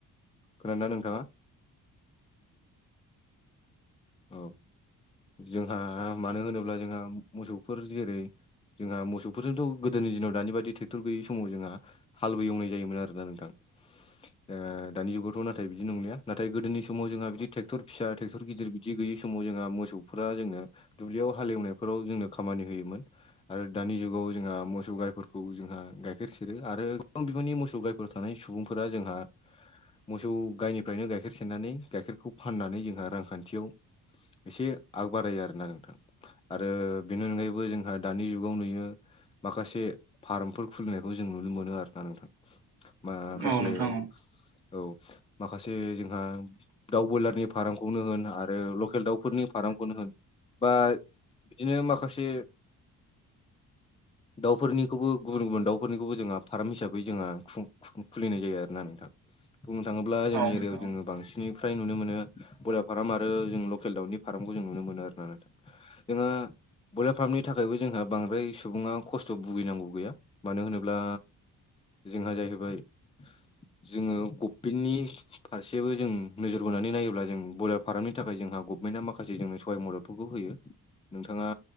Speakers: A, on the left; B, on the right.
A: खोनादोंना नोंथाङा? औ जोंहा मानो होनोब्ला जोंहा मोसौफोर जेरै जोंहा मोसौफोरजोंथ' गोदोनि दिनाव दानि बादि ट्रेक्टर गैयै समाव जोंहा हालबो एवनाय जायोमोन आरोना नोंथां। ओ दानि जुगावथ' नाथाय बिदि नंलिया नाथाय गोदोनि समाव जोंहा बिदि ट्रेक्टर फिसा ट्रेक्टर गिदिर बिदि गैयि समाव जोंहा मोसौफोरा जोंनो दुब्लियाव हालेवनायफोराव जोंनो खामानि होयोमोन। आरो दानि जुगाव जोंहा मोसौ गाइफोरखौ जोंहा गाइखेर सेरो आरो गोबां बिफांनि मोसौ गायफोर थानाय सुबुंफोरा जोंहा मोसौ गायनिफ्रायनो गाइखेर सेरनानै गाइखेरखौ फाननानै जोंहा रांखान्थियाव एसे आगबारायो आरोना नोंथां। आरो बेनि अनगायैबो जोंहा दानि जुगाव नुयो माखासे फार्मफोर खुलिनायखौ जों नुनो मोनो आरोना नोंथां। माखासे
B: औ नोंथां औ
A: औ माखासे जोंहा दाउ बयलारनि फार्मखौनो होन आरो आरो लकेल दाउफोरनि फारामखौनो होन, बा बिदिनो माखासे <inaudible> दाउफोरनिखौबो गुबुन गुबुन दाउफोरनिखौबो जोंहा फार्म हिसाबै जोंहा खुलिनाय जायो आरोना नोंथां। बुंनो थाङोब्ला जोंनि
B: औ नोंथां
A: एरियायाव
B: औ
A: जोङो बांसिननिफ्राय नुनो मोनो ब्रयलार फार्म आरो आरो जों लकेल दाउनि फार्मखौ जों नुनो मोनो आर नोंथां। जोंहा ब्रयलार फार्मनि थाखायबो जोंहा बांद्राय सुबुङा खस्थ' भुगिनांगौ गैया मानो होनोब्ला जोंहा जाहैबाय जोङो गभमेन्टनि फारसेबो जों नोजोर बोनानै नायोब्ला जों ब्रयलार फारामनि थाखाय जोंहा गभमेन्टआ माखासे जोंनो सहाय मददफोरखौ होयो नोंथाङा